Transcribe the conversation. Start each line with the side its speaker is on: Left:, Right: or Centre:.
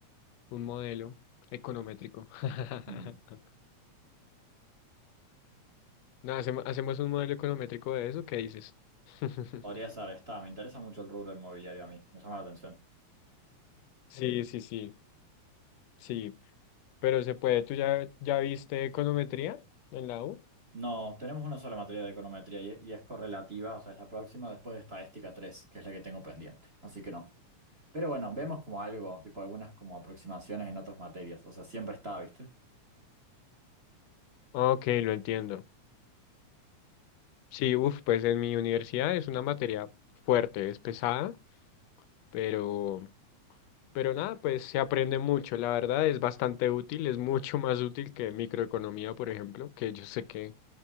Left: un modelo econométrico. <laughs>
Right: Mm.
Left: No, hacemo- hacemos un modelo econométrico de eso, ¿qué dices? <laughs>
Right: Podría ser, está. Me interesa mucho el rubro inmobiliario a mí. Me llama la atención.
Left: Sí, sí, sí, sí. Pero se puede, ¿tú ya, ya viste econometría en la U?
Right: No, tenemos una sola materia de econometría y, y es correlativa, o sea, es la próxima después de estadística 3, que es la que tengo pendiente. Así que no. Pero bueno, vemos como algo, tipo algunas como aproximaciones en otras materias, o sea, siempre está, ¿viste?
Left: Ok, lo entiendo. Sí, uff, pues en mi universidad es una materia fuerte, es pesada, pero, pero nada, pues se aprende mucho. La verdad es bastante útil, es mucho más útil que microeconomía, por ejemplo, que yo sé que,